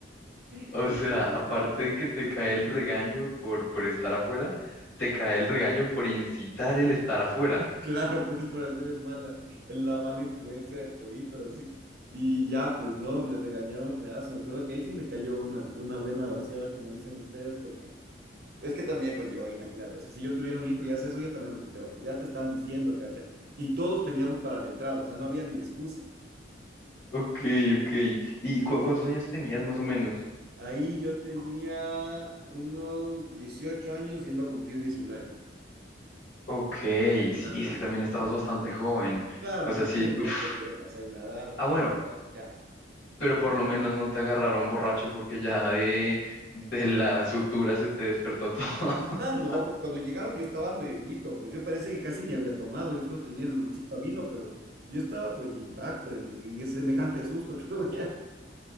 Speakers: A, on the right (about 55°); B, on the left (about 75°).
A: <laughs>
B: O
A: Entonces,
B: sea, aparte
A: ya andaba-
B: de que te cae el regaño por, por estar afuera, te cae el regaño por incitar el estar afuera.
A: <laughs> Claro, pues por hacer el mala, el- la mala influencia de toditos, así. Y ya, pues no, me regañaron pedazo. Me acuerdo que ahí sí me cayó una, una buena vaciada, como dicen ustedes, porque es que también, pues yo, imagínate, o sea, si yo tuviera un hijo y hace eso, yo también lo puteo, pues ya te están diciendo, cacha. Y todos teníamos para la entrada, o sea, no había ni excusa.
B: Ok, ok. ¿Y cu- cuántos años tenías más o menos?
A: Ahí yo tenía unos 18 años yendo a cumplir diecinueve
B: Ok, sí,
A: Ah,
B: es
A: ah.
B: que también estabas bastante joven.
A: Claro,
B: O
A: pues
B: sea, sí.
A: estaba en
B: uf.
A: la edad pendeja, o sea, en la edad,
B: Ah, bueno,
A: en la edad ya
B: pero por lo menos no te agarraron borracho porque ya de, de la sutura se te despertó todo. <laughs>
A: Ah, no, pues cuando llegaron yo estaba nuevito, pues yo parece que casi ni había tomado, yo solo tenía el olorcito a vino, pero yo estaba pues intacto en, en ese semejante susto que <laughs> había.